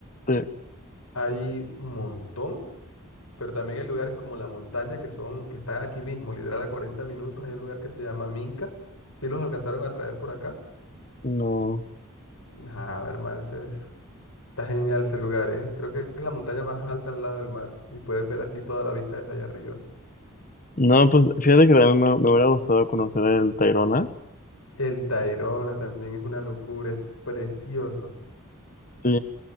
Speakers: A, on the left; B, on the left.
A: Sí,
B: hay un montón, pero también hay lugares como la montaña que son, que está aquí mismo, literal a 40 minutos, hay un lugar que se llama Minca. si los alcanzaron a traer por acá?
A: no.
B: Ah, hermano, ese es- está genial ese lugar, ¿eh? Creo que es la montaña más alta al lado del mar y puedes ver así toda la vista desde allá arriba.
A: No, pues fíjate que también me, me hubiera gustado conocer el Tayrona.
B: El Tayrona también es una locura, es precioso.
A: Sí,